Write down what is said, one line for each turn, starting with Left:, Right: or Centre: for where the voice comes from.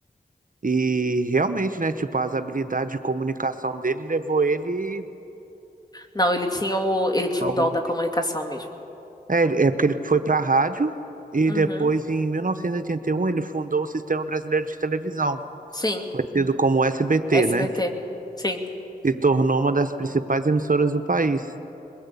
Right: E realmente, né? Tipo, as habilidades de comunicação dele levou ele
Left: Não, ele tinha o, ele tinha
Right: ao...
Left: o dom da comunicação mesmo.
Right: É, é porque ele foi pra rádio e
Left: Uhum.
Right: depois, em 1981, ele fundou o Sistema Brasileiro de Televisão,
Left: Sim,
Right: conhecido como SBT,
Left: SBT.
Right: né?
Left: Sim.
Right: Se tornou uma das principais emissoras do país.